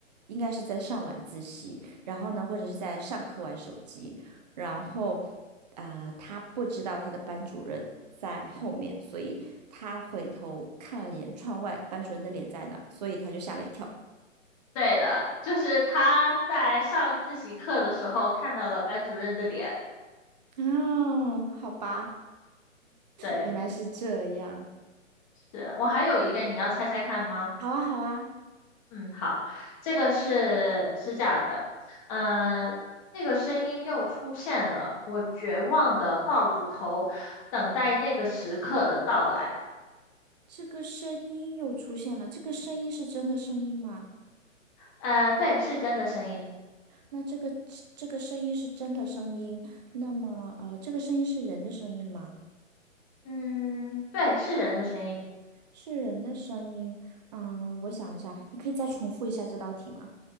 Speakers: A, on the right (about 35°); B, on the left (about 25°).
A: 应该是在上晚自习，然后呢，或者是在上课玩手机，然后呃，他不知道他的班主任在后面，所以他回头看了眼窗外，班主任的脸在那儿所以他就吓了一跳。
B: 对的，就是他在上自习课的时候看到了班主任的脸。
A: 啊，好吧。
B: 对，
A: 原来是这样。
B: 是我还有一个，你要猜猜看吗？
A: 好啊，好啊，
B: 嗯，好，这个是是这样的，呃，那个声音又出现了，我绝望的抱住头，等待那个时刻的到来。
A: 这个声音又出现了。这个声音是真的声音吗？
B: 呃，对，是真的声音。
A: 那这个这个声音是真的声音，那么呃，这个声音是人的声音吗？
B: 嗯，对，是人的声音。
A: 是人的声音。嗯、我想一下，你可以再重复一下这道题吗？